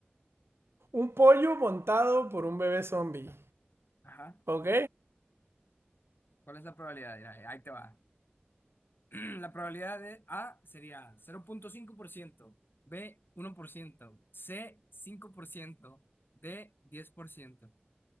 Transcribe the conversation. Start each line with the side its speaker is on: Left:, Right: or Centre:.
Right: Un pollo montado por un bebé zombie.
Left: Ajá.
Right: ¿Ok?
Left: ¿Cuál es la probabilidad? Mira, ahí te va. <clears throat> La probabilidad de A sería 0.5%, B 1%, C 5%, D 10%.